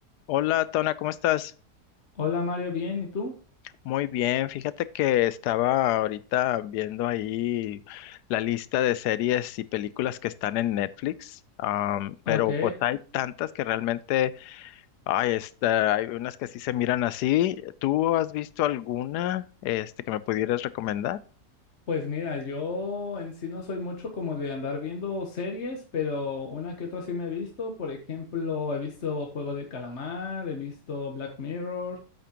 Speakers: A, on the left; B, on the left.
A: Hola, Tona, ¿cómo estás?
B: Hola Mario, bien, ¿y tú?
A: Muy bien, fíjate que estaba ahorita viendo ahí la lista de series y películas que están en Netflix, am, pero
B: Ok,
A: pues hay tantas que realmente, ay, esta- hay unas que sí se miran así. ¿Tú has visto alguna, este, que me pudieras recomendar?
B: pues mira, yo en sí no soy mucho como de andar viendo series, pero una que otra sí me he visto. Por ejemplo, he visto Juego de Calamar, he visto Black Mirror,